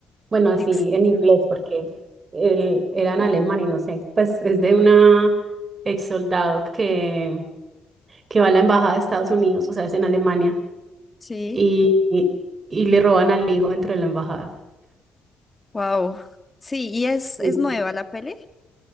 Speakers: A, on the right; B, on the left.
A: Bueno, así
B: Exterior-
A: en inglés porque él era en alemán y no sé, pues es de una ex soldado que, que va a la embajada de Estados Unidos, o sea, es en Alemania,
B: Sí,
A: y, y, y le roban al hijo entre la embajada.
B: wow. Sí, y es,
A: Sí.
B: es nueva la peli.